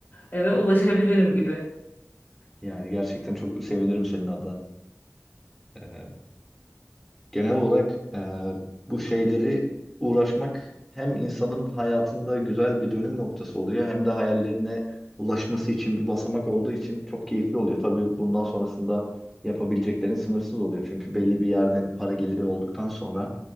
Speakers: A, on the left; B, in the centre.
A: eve ulaşabilirim gibi.
B: Yani gerçekten çok sevinirim senin adına. Ee, Genel olarak e, bu şeyleri uğraşmak hem insanın hayatında güzel bir dönüm noktası oluyor hem de hayallerine ulaşması için bir basamak olduğu için çok keyifli oluyor. Tabii bundan sonrasında yapabileceklerin sınırsız oluyor. Çünkü belli bir yerden para geliri olduktan sonra